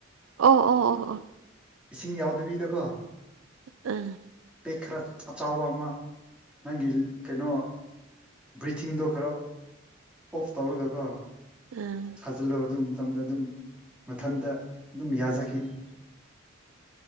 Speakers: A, on the right (about 85°); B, in the centre.
A: ꯑꯣ ꯑꯣ ꯑꯣ ꯑꯣ
B: ꯏꯁꯤꯡ ꯌꯥꯎꯗꯕꯤꯗꯀꯣ꯫
A: ꯎꯝ
B: ꯄꯦꯛ ꯈꯔꯥ ꯑꯥꯆꯕ ꯑꯃꯥ ꯅꯪꯒꯤ ꯀꯩꯅꯣ ꯕ꯭ꯔꯤꯊꯤꯡꯗꯣ ꯈꯔꯥ ꯑꯣꯐ ꯇꯧꯔꯒꯀꯣ
A: ꯎꯝ
B: ꯊꯥꯖꯤꯜꯂꯣ ꯑꯗꯨꯝ ꯃꯇꯝꯗ ꯑꯗꯨꯝ ꯃꯊꯟꯇ ꯑꯗꯨꯝ ꯌꯥꯖꯈꯤꯅꯤ꯫